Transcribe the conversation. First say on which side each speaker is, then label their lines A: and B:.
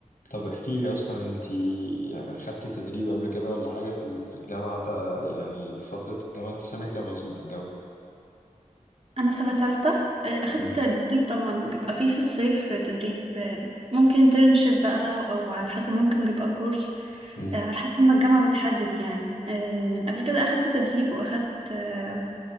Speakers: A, on the left; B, on the right.
A: طب احكي لي أصلا أنت خدتي تدريب قبل كده ولا حاجة في ال- في الجامعة تا- يعني في فترة الجامعة أنت في سنة كام أصلا في الجامعة؟
B: انا سنه تالتة آه، اخدت
A: مم.
B: تدريب طبعا بيبقى فيه في الصيف تدريب آه، ممكن انترنشيب بقى او على حسب ممكن بيبقى كورس
A: مم.
B: آه، على حسب ما الجامعه بتحدد يعني آه، قبل كده اخدت تدريب واخدت آه،